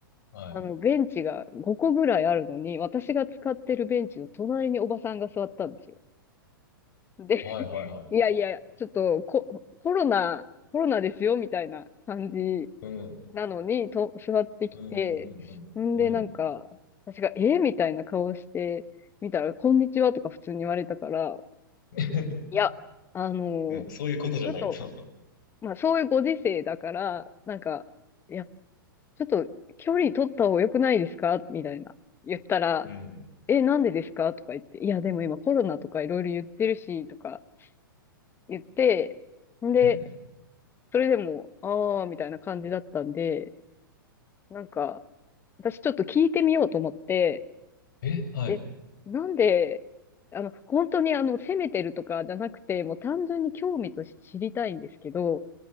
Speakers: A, on the left; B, on the left.
A: はい。
B: あの、ベンチが5個ぐらいあるのに、私が使ってるベンチの隣におばさんが座ったんですよ。で、<laughs>
A: はいはいは
B: いやいや、ちょっとコ、コロナ、コロナですよ、みたいな感じ
A: い。うん。
B: なのに、と、座ってきて、
A: うんうんうんうん。
B: んで、なんか、
A: うん。
B: 私が、えみたいな顔して見たら、こんにちはとか普通に言われたから、
A: <laughs>
B: いや、あのー
A: うん、そういうことじゃないと。
B: ちょっと、まあ、そういうご時世だから、なんか、いや、ちょっと、距離取った方が良くないですかみたいな、言ったら、
A: うん。
B: え、なんでですかとか言って、いや、でも今コロナとかいろいろ言ってるし、とか言って、んで、
A: <laughs>
B: それでも、あー、みたいな感じだったんで、なんか、私ちょっと聞いてみようと思って、
A: え、はい。
B: え、なんで、あの、本当にあの、責めてるとかじゃなくて、もう単純に興味として知りたいんですけど、